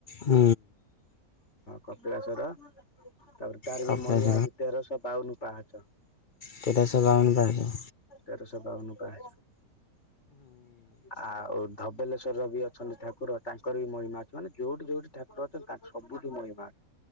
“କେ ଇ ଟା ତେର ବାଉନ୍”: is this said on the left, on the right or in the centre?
Left